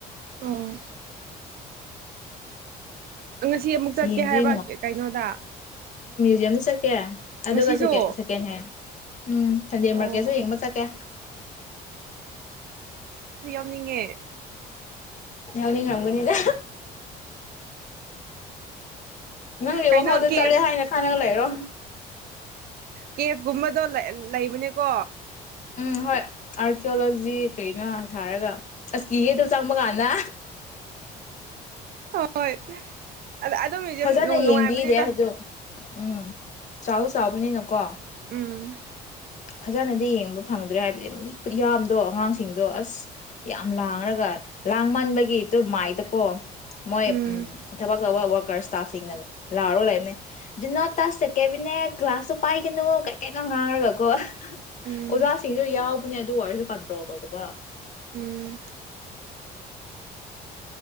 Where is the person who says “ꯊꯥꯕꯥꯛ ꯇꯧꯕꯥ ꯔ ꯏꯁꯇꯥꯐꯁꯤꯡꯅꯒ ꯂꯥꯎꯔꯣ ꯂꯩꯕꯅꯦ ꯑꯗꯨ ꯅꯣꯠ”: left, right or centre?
Left